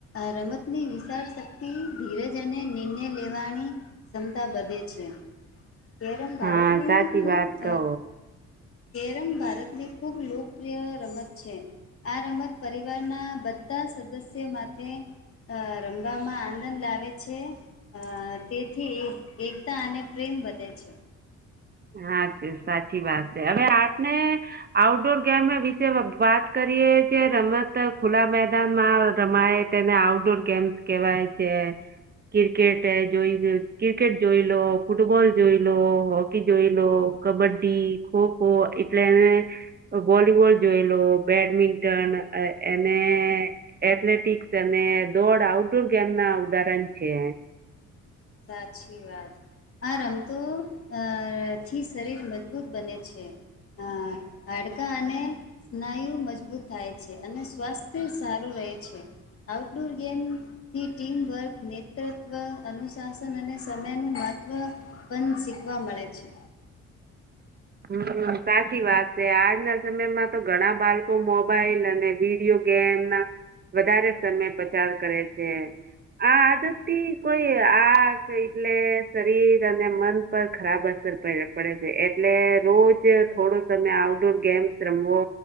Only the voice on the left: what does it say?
રમત રમતની વિશાળશક્તિ ધીરજ અને નિર્ણય લેવાની ક્ષમતા વધે છે કેરમ ભારતમાં
હ ખૂબ
થ
કેરમ ભારતની ખૂબ લોકપ્રિય રમત છે આ રમત પરિવારના બધા ના સદસ્ય માટે અ રમવામાં આનંદ લાવે છે અ તેથી એકતા અને પ્રેમ બ તે છે
સાચી વાત આ રમતો અ થી શરીર મજબૂત બને છે અ હાડકા અને સ્નાયુ મજબૂત થાય છે અને સ્વાસ્થ્ય સારું રહે છે આઉટડોર ગેમથી ટીમવર્ક નેતૃત્વ અનુસ શાસન અને સમયનું મહત્ત્વ પણન શીખવા મળે છે